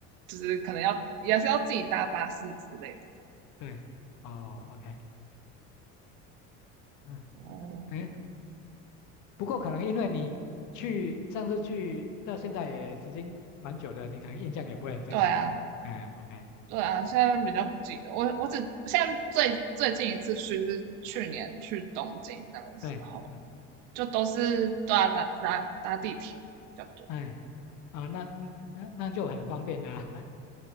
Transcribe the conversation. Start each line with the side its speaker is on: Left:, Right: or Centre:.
Right: 就是可能要也是要自己搭巴士之类的吧
Left: 对，哦，OK，嗯，
Right: 哦，
Left: 哎，不过可能因为你去上次去到现在也时间蛮久的，你可能印象也不会很深刻了吧？
Right: 对啊，
Left: 哎，OK，
Right: 对啊，现在比较不记得，我我只现在最最近一次去是去年去东京那个时候，
Left: 对，嗯，
Right: 就都是对啊搭搭搭地铁比较多。
Left: 哎，啊，那嗯那那就很方便啦，